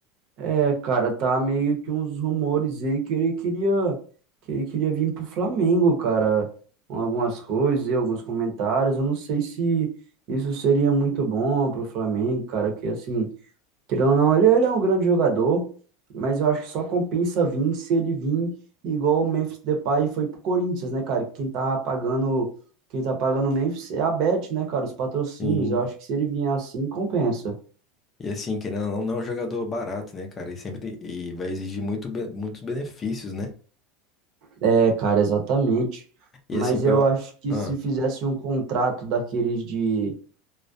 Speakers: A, on the right; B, on the left.
A: É, cara, tá meio que uns rumores aí que ele queria que ele queria vir pro Flamengo, cara. Com Algumas coisas e alguns comentários. Eu não sei se isso seria muito bom pro Flamengo, cara, que assim, querendo ou não, ele, ele é um grande jogador, mas eu acho que só compensa vir se ele vir igual o Memphis Depay foi pro Corinthians, né, cara? Quem tá pagando, quem tá pagando o Memphis é a Bet, né, cara? Os patrocínios.
B: Sim.
A: Eu acho que se ele vier assim, compensa.
B: E assim, querendo ou não, não é um jogador barato, né, cara? E sempre e vai exigir muito, be- muitos benefícios, né?
A: É, cara, exatamente.
B: E
A: Mas
B: assim,
A: eu
B: eu.
A: acho que
B: Ah,
A: se fizesse um contrato daqueles de.